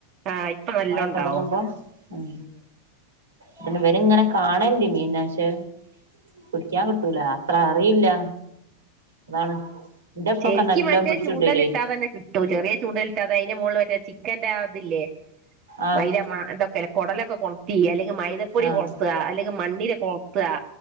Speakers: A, on the right (about 40°); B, on the right (about 80°).
A: ആഹ് ഇപ്പൊ നല്ല
B: മയത്തൊടങ്ങുമ്പോ
A: ഉണ്ടാവും
B: ഉം. പിന്നെ ഇവര് ഇങ്ങനെ കാണല്ണ്ട് മീനാ പക്ഷെ? പിടിക്യാൻ കിട്ടൂല അത്ര അറിയൂല്ല അതാണ്. എന്റെപ്പൊക്കെ
A: ചെരിക്ക്
B: നല്ലോം
A: മറ്റേ
B: പിടിച്ചോണ്ടരേനി
A: ചൂണ്ടല് ഇട്ടാതന്നെ ക്‌ട്ടും ചെറിയ ചൂണ്ടലിട്ടാതെന്നെ അയ്ന്റെ മോള് മറ്റേ ചിക്കന്റെ അത് ലെ
B: ആഹ്
A: മൈ <unintelligible> ഇന്തൊക്കെല്ലെ കൊടലൊക്കെ കൊൾത്തി എല്ലെങ്കി മൈതപ്പൊടി
B: ആഹ്
A: കൊൾത്ത അല്ലെങ്കി മണ്ണിരകൊൾത്ത.